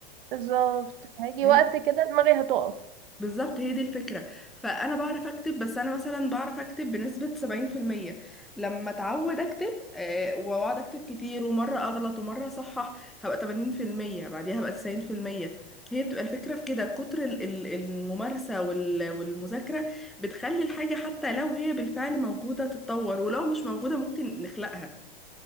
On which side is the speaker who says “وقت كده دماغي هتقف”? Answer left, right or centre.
Right